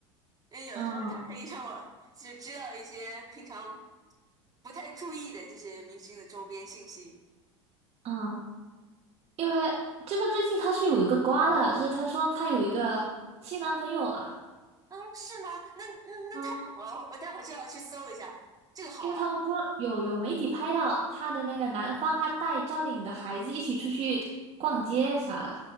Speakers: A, on the right; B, on the right.
A: 因为有的时候它可以让我就是知道一些平常
B: 嗯
A: 不太注意的这些明星的周边信息。
B: 嗯，因为这个最近他是有一个瓜的，是他说他有一个新男朋友了。
A: 啊，是吗？那那那太好了，
B: 啊。
A: 我待会儿就要去搜一下，这个好玩。
B: 因为他们说有有媒体拍到他的那个男方，他带赵丽颖的孩子一起出去逛街啥的。